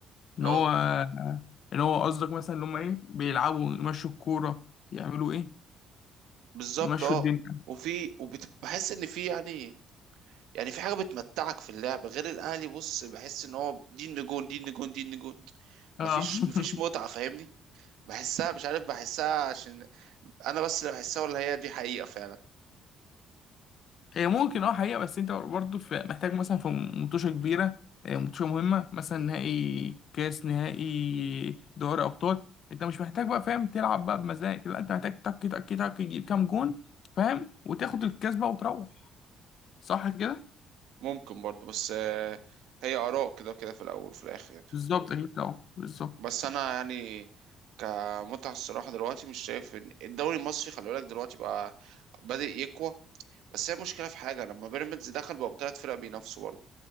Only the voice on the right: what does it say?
اه
بالظبط
اه
وفي وبحس ان في يعني يعني في حاجه بتمتعك في اللعب غير الاهلي بص بحس ان هو دي النجوم دي النجوم دي النجوم
مفيش مفيش متعه
فاهمني بحسها مش عارف بحسها عشان انا بس اللي بحسها ولا هي دي حقيقه فعلا
ممكن برضو بس آه، هي آراء كده وكده في الأول وفي الآخر يعني
بس أنا يعني كمتعة الصراحة دلوقتي مش شايف إن الدوري المصري خلي بالك دلوقتي بقى بادئ يقوى بس هي مشكلة في حاجة لما بيراميدز دخل بقوا تلات فرق بينافسوا برضه